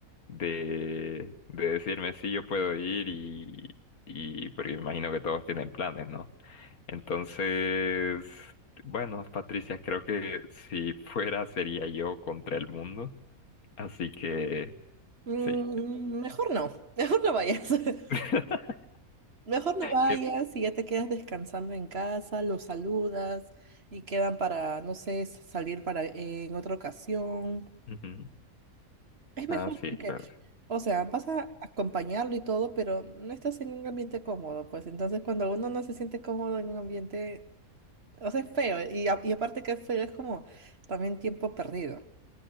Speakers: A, on the left (about 80°); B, on the right (about 45°).
A: de, de decirme si yo puedo ir y, y porque imagino que todos tienen planes, ¿no? Entonces, bueno, Patricia, creo que si fuera sería yo contra el mundo. Así que
B: Mm,
A: sí.
B: mejor no, <laughs> mejor no vayas. <laughs>
A: <laughs>
B: Mejor no vayas
A: Que-
B: y ya te quedas descansando en casa, los saludas y quedan para, no sé, salir para eh, en otra ocasión.
A: Ujú.
B: Es mejor
A: Ah, sí,
B: porque,
A: claro.
B: o sea, vas a acompañarlo y todo, pero no estás en un ambiente cómodo, pues entonces cuando uno no se siente cómodo en un ambiente, o sea, es feo y, a- y aparte que es feo es como también tiempo perdido.